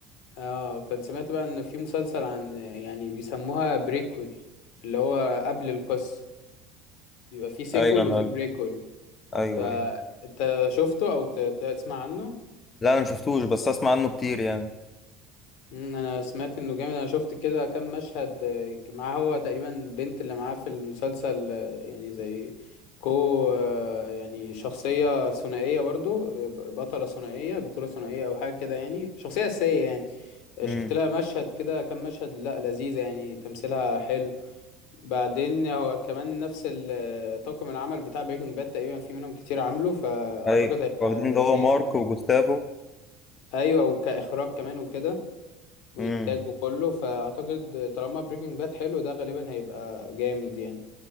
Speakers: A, on the left; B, on the left.
A: اه كان سمعت بقى ان في مسلسل عن يعني بيسموها بريكول اللي هو قبل القصة يبقى في سيكول
B: ايوه انا
A: وفي بريكول
B: ايوه
A: فانت
B: ايوه
A: شفته او ت- ت- تسمع عنه
B: لا انا مشفتوش بس اسمع عنه كتير يعني
A: مم، انا سمعت انه جامد انا شفت كده كام مشهد آه، معاه هو تقريبا البنت اللي معاه في المسلسل آه، يعني زي كو آه، يعني شخصية ثنائية برضو آه، ب- بطلة ثنائية بطولة ثنائية او حاجة كده يعني شخصية أساسية يعني آه،
B: امم
A: شفت لها مشهد كده كام مشهد لا لذيذة يعني تمثيلها حلو بعدين هو كمان نفس ال- طاقم العمل بتاع بريكنج باد تقريبا في منهم كتير عامله فاعتقد
B: ايوه
A: هيبقى
B: واخدين اللي
A: لذيذ
B: هو مارك
A: يعني
B: وجوستافو
A: ايوه وكاخراج كمان وكده وانتاج
B: امم
A: وكله فاعتقد طالما بريكنج باد حلو ده غالبا هيبقى جامد يعني